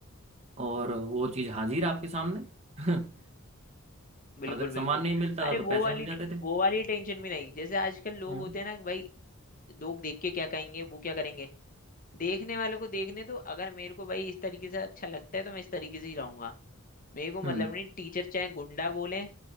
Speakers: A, on the right (about 30°); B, on the left (about 40°).
A: और वो चीज हाजिर आपके सामने <laughs>
B: बिल्कुल
A: अगर सामान
B: बिल्कुल
A: नहीं मिलता
B: अरे
A: था तो
B: वो
A: पैसे
B: वाली
A: मिल जाते थे
B: वो वाली टेंशन भी नहीं जैसे आजकल लोग
A: हम्म
B: होते हैं ना भाई लोग देख के क्या कहेंगे वो क्या करेंगे देखने वालों को देखने दो अगर मेरे को भाई इस तरीके से अच्छा लगता है तो मैं इस तरीके से ही रहूंगा मेरे को मतलब
A: हम्म
B: नहीं टीचर चाहे गुंडा बोले